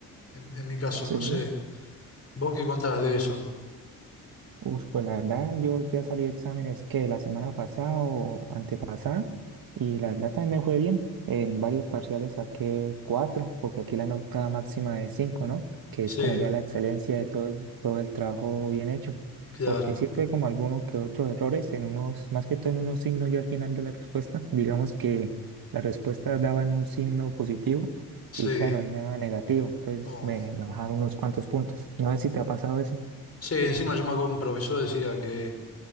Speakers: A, on the left; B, on the right.
A: en, en mi caso,
B: Sí.
A: no sé. ¿Vos qué contás de eso?
B: Uf, pues la verdad, yo ya salí de exámenes que la semana pasada o antepasada, y la verdad también me fue bien. En varios parciales saqué cuatro, porque aquí la nota máxima es cinco, ¿no? Que
A: Sí,
B: es como ya la excelencia de todo el, todo el trabajo bien hecho.
A: claro,
B: Porque sí tuve como algunos que otros errores en unos, más que todo en unos signos ya al final de la respuesta. Digamos que la respuesta daba en un signo positivo,
A: sí.
B: y claro, a mí me daba negativo, entonces
A: Oh.
B: me, me bajaron unos cuantos puntos. No sé si te ha pasado eso.
A: Sí, encima yo me acuerdo que un profesor decía que,